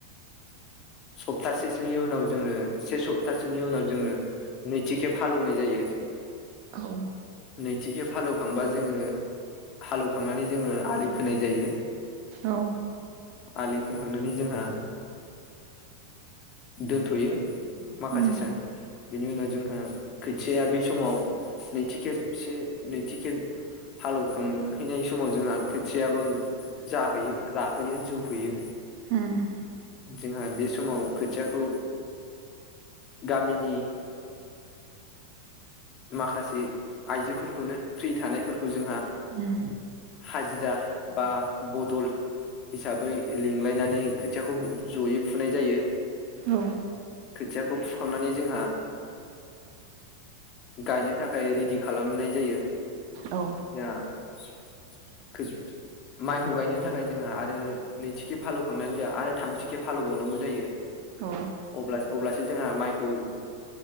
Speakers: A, on the left; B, on the right.
A: सप्तासेसोनि उनाव जोङो से सप्तासोनि उनाव जोङो नैथि खेब हाल एवनाय जायो
B: औ
A: नैथि खेब हालौवखांबा जोङो हाल एवखांनानै जोङो आलि खोनाय जायो
B: औ
A: आलि खोखांनानै जोंहा दोनथ'यो माखासे
B: उम
A: सान बिनि उनाव जोंहा खोथियाया बे समाव नैथि खेबसे नैथि खेब हालेवखांहैनाय समाव जोंहा खोथियायाबो जाहैयो राहोयो जौ होयो
B: हुम
A: जोंहा बे समाव खोथियाखौ गामिनि माखासे आइजोफोरखौनो फ्रि थानायफोरखौ जोंहा
B: उम
A: हाजिरा बा बदल हिसाबै लिंलायनानै खोथियाखौ जयै फुनाय जायो।
B: औ
A: खोथियाखौ फुखांनानै जोंहा गायनो थाखाय रेडि खालामनाय जायो
B: औ
A: जों माइखौ गायनो थाखाय जोंहा आरो नैथिखे फालौखांनानै जोंहा आरो थामथिखे फालौबावनांगौ जायो।
B: औ
A: अब्लासो अब्लासो जोंहा माइखौ